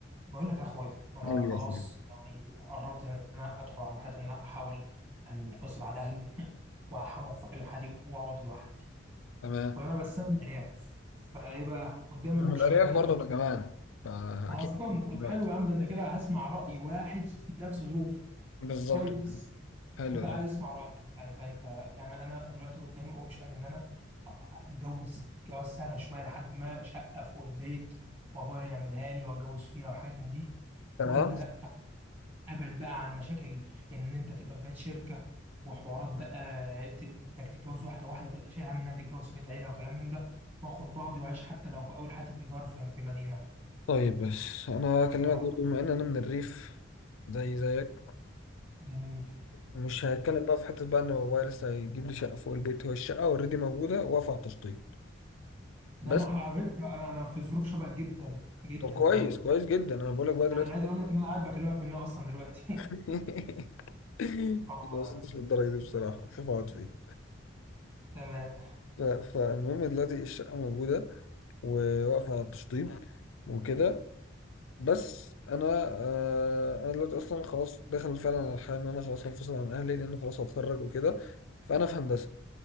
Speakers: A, on the right (about 30°); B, on the left (about 80°).
A: بقول لك يا اخويا انا
B: موجودة
A: خلاص
B: فين
A: يعني قربت ان انا ادخل على مرحله ان انا احاول انفصل عن اهلي <laughs> واحاول استقل بحياتي واقعد لوحدي
B: تمام
A: فانا بس انا مقنع فايه بقى قدامي
B: انا
A: اوبشن
B: من الارياف
A: ان انا
B: برضه
A: أكل.
B: انا كمان فاكيد
A: اصلا طب
B: دلوقتي
A: حلو يا عم ده انت كده هسمع راي واحد في نفس ظروفي
B: بالظبط
A: كويس
B: كده. حلو
A: انا بقى
B: ده
A: عايز اسمع رايك انت انت انت يعني انا دلوقتي قدامي اوبشن ان انا اتجوز جواز سهله شويه لحد ما شقه فوق البيت وابويا يعملها لي واتجوز فيها وحاجات من دي
B: تمام
A: ولا لا ابعد بقى عن مشاكل ان انت تبقى في بيت شركه وحوارات بقى ت- انك تتجوز واحده واحده تبقى شايل هم انها تتجوز في بيت عيله وكلام من ده واخد بعضي واعيش حتى لو في اول حياتي بايجار في في مدينه
B: طيب بس انا هكلمك
A: ايه رايك
B: برضه بما ان انا من الريف زي زيك
A: جميل
B: ومش هتكلم بقى في حته بقى ان بابايا لسه هيجيب لي شقه فوق البيت هو الشقه اوريدي موجوده واقفه على التشطيب
A: ده
B: بس
A: انا على فكره انا انا في ظروف شبه جدا جدا
B: طب كويس
A: كمان
B: كويس جدا انا بقول لك بقى دلوقتي
A: انا عايز اقول لك ان انا قاعد بكلمك منها اصلا دلوقتي
B: <laughs>
A: <laughs>
B: ما
A: اه
B: وصلتش للدرجه دي بصراحه شوف اقعد فين
A: تمام
B: ف- فالمهم دلوقتي الشقة موجودة وواقفة على التشطيب وكده بس أنا آه، أنا دلوقتي أصلا خلاص داخل فعلا على الحياة إن أنا خلاص هنفصل عن أهلي لأن خلاص هتخرج وكده فأنا في هندسة